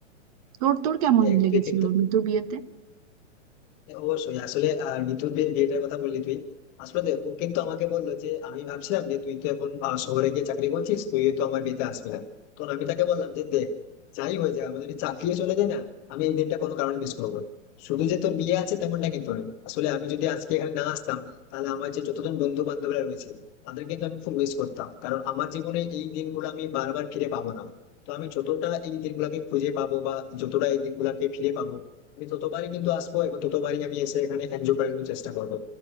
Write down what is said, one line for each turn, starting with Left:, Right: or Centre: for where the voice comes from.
Right: তোর তোর কেমন
Left: দেখ
Right: লেগেছিল
Left: তুই কিন্তু
Right: মিতুর বিয়েতে
Left: হ্যাঁ, অবশ্যই আসলে আহ, নিতুর বিয়ে- বিয়েটার কথা বললি তুই আসলে দেখ, ও কিন্তু আমাকে বললো যে আমি ভাবছিলাম যে তুই তো এখন আহ, শহরে গিয়ে চাকরি করছিস তুই তো আমার বিয়েতে আসবে না তো আমি তাকে বললাম যে দেখ যাই হয়ে যায় আমাদের যদি চাকরিও চলে যায় না আমি এই দিনটা কোনো কারণে মিস করবো না। শুধু যে তোর বিয়ে আছে তেমনটা কিন্তু নয় আসলে আমি যদি আজকে এখানে না আসতাম তাহলে আমার যে যতজন বন্ধু বান্ধবরা রয়েছে তাদের কিন্তু আমি খুব মিস করতাম কারণ আমার জীবনে এই দিনগুলো আমি বারবার ফিরে পাবো না তো আমি যতটা এই দিনগুলোকে খুঁজে পাবো বা যতটা এই দিনগুলোকে ফিরে পাবো আমি ততবারই কিন্তু আসবো এবং ততবারই আমি এসে এখানে এনজয় করার কিন্তু চেষ্টা করবো